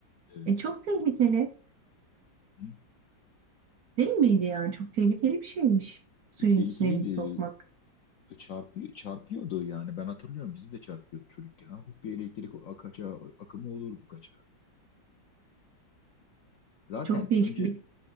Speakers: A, on the left (about 65°); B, on the right (about 65°).
A: evet.
B: E çok tehlikeli.
A: Hı hı.
B: Değil miydi yani? Çok tehlikeli bir şeymiş. Suyun
A: E, tehlikeliydi.
B: içine elini sokmak.
A: E, Çarpı, çarpıyordu yani. Ben hatırlıyorum. Bizi de çarpıyordu çocukken. Hafif bir elektrik akaça, akımı olurdu kaça. Zaten
B: Çok değişik
A: önce
B: bir...